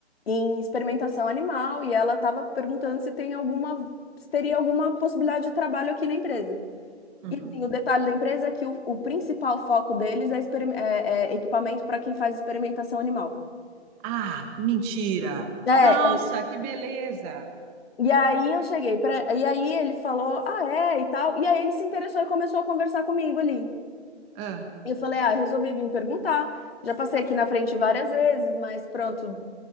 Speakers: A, on the left (about 60°); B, on the right (about 15°).
A: em experimentação animal, e ela estava perguntando se tem alguma, se teria alguma possibilidade de trabalho aqui na empresa.
B: Uhum.
A: E, assim, o detalhe da empresa é que o, o principal foco deles é, experim- é- é equipamento para quem faz experimentação animal.
B: Ah, que mentira.
A: É,
B: Nossa,
A: é.
B: que beleza.
A: E aí eu cheguei pra... e aí ele falou, ah, é, e tal. E aí ele se interessou e começou a conversar comigo ali.
B: Ah,
A: E eu falei, ah, resolvi vir perguntar. Já passei aqui na frente várias vezes, mas pronto.